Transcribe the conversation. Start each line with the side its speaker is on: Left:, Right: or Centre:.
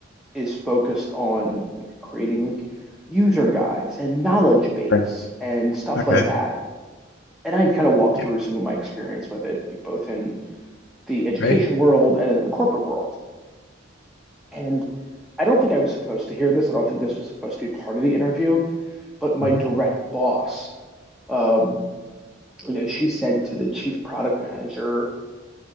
Centre: is focused on like creating like user guides and knowledge base
Left: Right.
Centre: and stuff
Left: Okay.
Centre: like that. And I'd kind of walk
Left: Yeah.
Centre: through some of my experience with it, like both in the education
Left: Right.
Centre: world and in the corporate world. And I don't think I was supposed to hear this. I don't think this was supposed to be part of the interview, but my
Left: Mm-hmm.
Centre: direct boss, um, you know, she said to the chief product manager,